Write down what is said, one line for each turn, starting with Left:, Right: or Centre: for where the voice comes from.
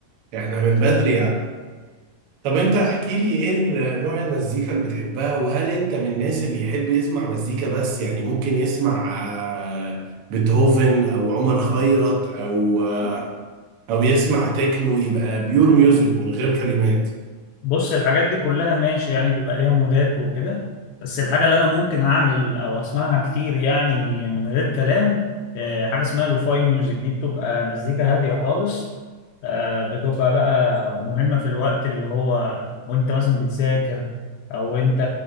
Right: احنا من بدري يعني طب انت احكي لي ايه ال- نوع المزيكا اللي بتحبها وهل انت من الناس اللي يحب يسمع مزيكا بس يعني ممكن يسمع آه، بيتهوفن او عمر خيرت او آه، او يسمع تكنو يبقى بيور ميوزك من غير كلمات
Left: بص الحاجات دي كلها ماشي يعني بيبقى ليها مودات وكده بس الحاجة اللي أنا ممكن أعمل أو أسمعها كتير يعني من غير كلام آه، حاجة اسمها لوفاي ميوزك دي بتبقى مزيكا هادية خالص آه، بتبقى بقى مهمة في الوقت اللي هو وأنت مثلا بتذاكر أو أنت